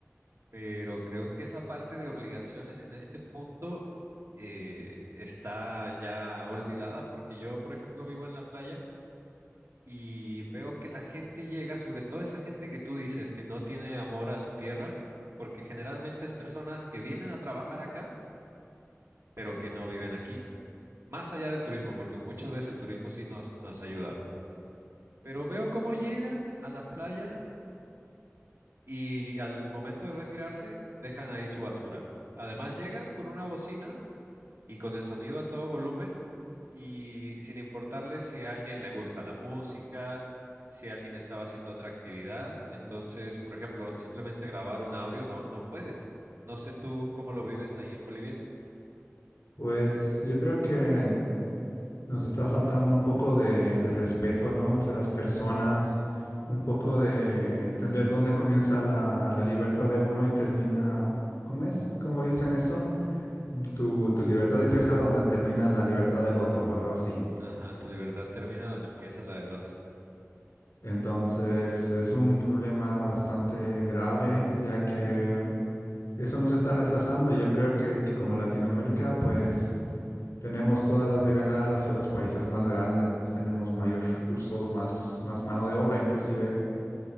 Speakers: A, on the right; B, on the left.
A: Pero creo que esa parte de obligaciones en este punto eh, está ya olvidada, porque yo, por ejemplo, vivo en la playa y veo que la gente llega, sobre todo esa gente que tú dices que no tiene amor a su tierra, porque generalmente es personas que vienen a trabajar acá, pero que no viven aquí, más allá del turismo, porque muchas veces el turismo sí nos, nos ayuda. Pero veo cómo llegan a la playa y al momento de retirarse dejan ahí su basura. Además llegan con una bocina y con el sonido a todo volumen y sin importarle si a alguien le gusta la música, si alguien estaba haciendo otra actividad. Entonces, por ejemplo, simplemente grabar un audio no, no puedes. No sé tú cómo lo vives ahí en Bolivia.
B: Pues yo creo que Nos está faltando un poco de, de respeto, ¿no? Entre las personas, un poco de entender dónde comienza la, la libertad de uno y termina, ¿cómo es? ¿Cómo dicen eso? Tu, tu libertad empieza donde termina la libertad del otro o algo así.
A: Ajá, tu libertad termina donde empieza la del otro.
B: Entonces, es un problema bastante grave, ya que eso nos está retrasando. y Yo creo que, que como Latinoamérica, pues... Tenemos todas las de ganar hacia los países más grandes, tenemos mayores recursos, más, más mano de obra inclusive,